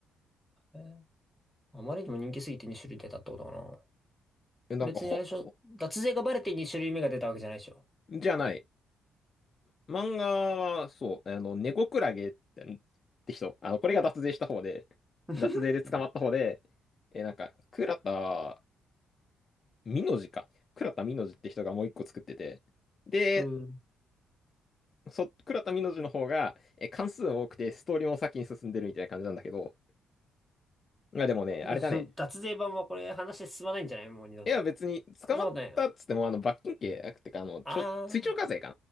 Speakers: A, in the centre; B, on the left (about 40°).
A: えーあまりにも人気すぎて2種類出たってことかな。
B: え、なんか、
A: 別にあれでしょ。
B: ほ、ほ、
A: 脱税がバレて2種類目が出たわけじゃないでしょ。
B: じゃない。漫画は、そう、あの、ネゴクラゲって、って人。あの、これが脱税した方で、
A: <laughs>
B: 脱税で捕まった方で、
A: うん。
B: え、なんか、倉田ミノジか。倉田ミノジって人がもう一個作ってて。で、
A: うん
B: そ、倉田美濃路の方が、え、関数多くて、ストーリーも先に進んでるみたいな感じなんだけど、まあでもね、
A: <laughs>
B: あれだね。
A: 脱税版はこれ話進まないんじゃないもう二度と。
B: 絵は別に、捕まったっつっても、
A: そんなことないの。
B: あの、罰金刑、ってか、あの、ちょ、
A: ああ
B: 追徴課税か